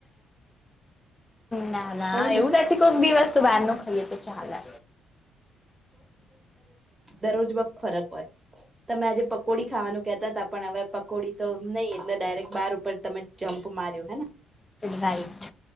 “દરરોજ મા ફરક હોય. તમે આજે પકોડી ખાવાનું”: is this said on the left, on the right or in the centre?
Right